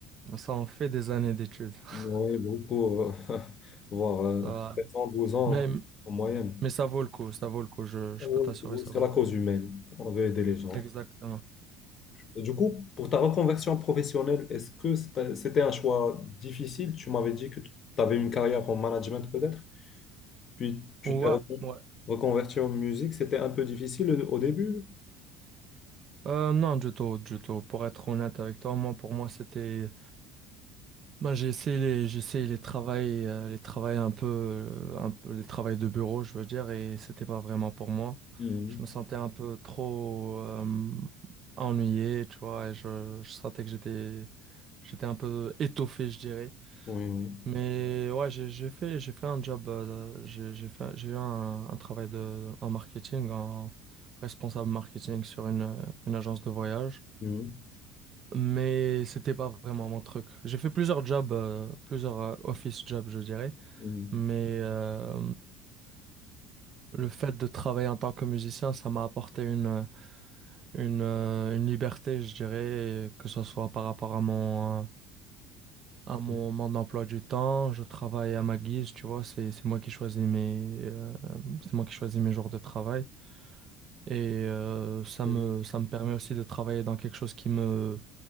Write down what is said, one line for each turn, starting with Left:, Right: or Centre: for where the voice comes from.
Right: ça en fait des années d'études. <laughs>
Left: Oui, beaucoup, euh, <laughs> voire euh,
Right: Ça va.
Left: 7 ans, 12 ans
Right: Mais,
Left: hein, en moyenne.
Right: mais ça vaut le coup, ça vaut le coup, je, je
Left: Oui,
Right: peux t'assurer,
Left: oui,
Right: ça
Left: C'est
Right: vaut
Left: la
Right: le
Left: cause
Right: coup.
Left: humaine. On veut aider les gens.
Right: Exactement.
Left: Et du coup, pour ta reconversion professionnelle, est-ce que c'était c'était un choix difficile? Tu m'avais dit que tu avais une carrière en management peut-être? Puis tu
Right: Ouais,
Left: t'es recon-
Right: ouais.
Left: reconverti en musique, c'était un peu difficile au début.
Right: Euh, non, du tout, du tout. Pour être honnête avec toi, moi, pour moi, c'était Bah, j'ai essayé les, j'ai essayé les travails, euh, les travails un peu, euh, un peu, les travails de bureau, je veux dire, et c'était pas vraiment pour moi.
Left: Mhm.
Right: Je me sentais un peu trop euh, ennuyé, tu vois, et je, je sentais que j'étais, j'étais un peu étoffé, je dirais.
Left: Oui, oui.
Right: Mais ouais, j'ai, j'ai fait, j'ai fait un job, euh, de- j'ai, j'ai fait, j'ai eu un, un travail de, en marketing, en responsable marketing sur une, euh, une agence de voyage
Left: Mhm.
Right: mais c'était pas vraiment mon truc. J'ai fait plusieurs jobs, euh, plusieurs euh, office jobs, je dirais,
Left: Mhm.
Right: mais euh, le fait de travailler en tant que musicien, ça m'a apporté une, une, euh, une liberté, je dirais, que ce soit par rapport à mon, euh, à mon,
Left: Mhm.
Right: mon emploi du temps. Je travaille à ma guise, tu vois, c'est, c'est moi qui choisis mes, euh, c'est moi qui choisis mes jours de travail. Et euh, ça
Left: Mhm.
Right: me, ça me permet aussi de travailler dans quelque chose qui me,